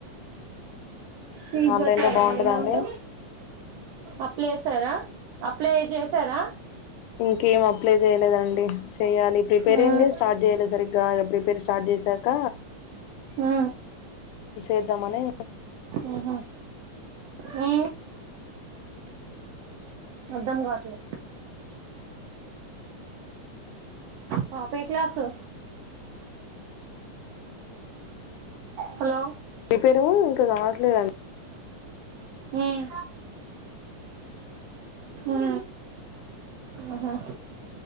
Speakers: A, on the right; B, on the left.
A: ఫీజ
B: ఆన్లైన్
A: కటర
B: లో బాగుంటదా
A: మరి అమౌంట్
B: అండి
A: అప్ల చేసారా అప్లై చేసారా
B: ఇంకేం అప్లై చేయలేదండి చెయాలి ప్రిపేరింగ్గే
A: ఉమ్
B: స్టార్ట్ చేయలేదు సరిగ్గా ప్రిపేర్ స్టార్ట్ చేశాక
A: ఆ
B: చేద్దామనే
A: ఉహ అ అర్ధం కావట్లే పాప ఎ క్లాసు హలో
B: పెరు ఇంకా కావట్ లేదండి
A: ఉమ్ ఆ ఆహా